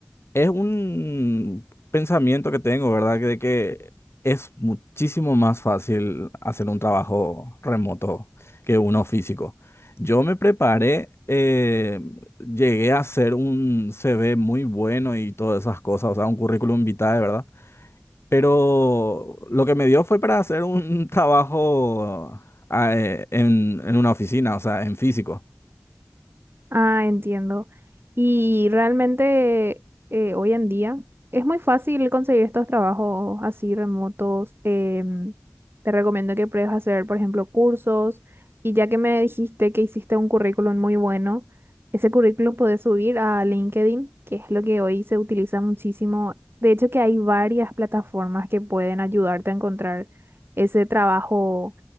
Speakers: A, on the left; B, on the right.
A: es un pensamiento que tengo, ¿verdad? Que de que es muchísimo más fácil hacer un trabajo remoto que uno físico. Yo me preparé, eh, llegué a hacer un CV muy bueno y todas esas cosas, o sea, un currículum vitae, ¿verdad? Pero lo que me dio fue para hacer un <laughs> trabajo ah, eh, en, en una oficina, o sea, en físico.
B: Ah, entiendo. Y realmente eh, hoy en día es muy fácil conseguir estos trabajos así remotos. em, te recomiendo que pruebes a hacer, por ejemplo, cursos. Y ya que me dijiste que hiciste un currículum muy bueno, ese currículum puedes subir a LinkedIn, que es lo que hoy se utiliza muchísimo. De hecho, que hay varias plataformas que pueden ayudarte a encontrar ese trabajo